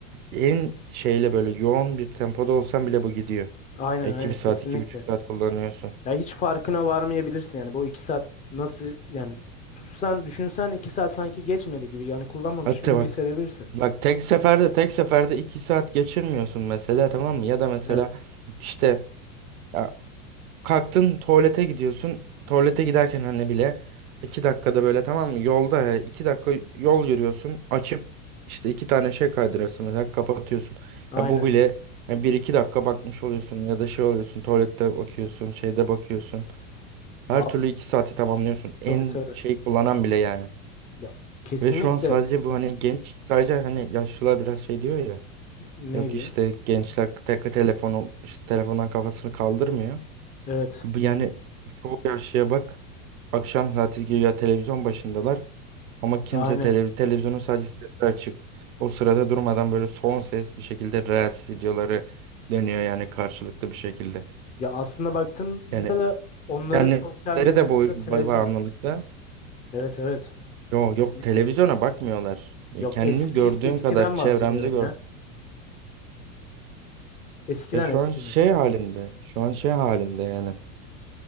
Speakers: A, on the right; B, on the left.
A: en şeyle böyle yoğun bir tempoda olsan bile bu gidiyor.
B: Aynen
A: E, iki
B: aynen
A: bir saat
B: kesinlikle.
A: iki buçuk saat kullanıyorsun.
B: Ya hiç farkına varmayabilirsin yani bu iki saat nasıl yani tutsan düşünsen iki saat sanki geçmedi gibi yani kullanmamışsın
A: Hatta
B: gibi
A: bak.
B: hissedebilirsin.
A: Bak tek seferde tek seferde iki saat geçirmiyorsun mesela tamam mı? Ya da mesela
B: Evet.
A: işte ya kalktın tuvalete gidiyorsun. Tuvalete giderken hani bile iki dakikada böyle tamam mı? Yolda ya, iki dakika yol yürüyorsun. Açıp işte iki tane şey kaydırıyorsun mesela kapatıyorsun.
B: Aynen.
A: Ya bu bile ya bir iki dakika bakmış oluyorsun ya da şey oluyorsun tuvalette bakıyorsun şeyde bakıyorsun. Her
B: Ya as-
A: türlü iki saati tamamlıyorsun. En
B: tabii tabii.
A: şey kullanan bile yani.
B: Ya kesinlikle
A: Ve şu an sadece bu hani genç sadece hani yaşlılar biraz şey diyor ya.
B: ne
A: Yok
B: diyor?
A: işte gençler tek telefonu işte telefondan kafasını kaldırmıyor.
B: Evet.
A: Bu Yani çoğu yaşlıya bak akşam saati güya televizyon başındalar. Ama kimse
B: Aynen.
A: tele, televizyonun sadece sesi açık. O sırada durmadan böyle son ses bir şekilde Reels videoları dönüyor yani karşılıklı bir şekilde.
B: Ya aslında baktığında
A: Yani
B: da onların
A: kendileri
B: sosyal medyası
A: de bu ba-
B: da televizyon.
A: bağımlılıkta.
B: Evet evet.
A: Yok
B: Kesinlikle.
A: yok televizyona bakmıyorlar. Yani
B: Yok
A: Kendini
B: eski
A: gördüğüm
B: eskiden
A: kadar çevremde
B: bahsediyorum
A: gör.
B: ya. Eskiden
A: Ya şu
B: eskiden.
A: an şey halinde, şu an şey halinde yani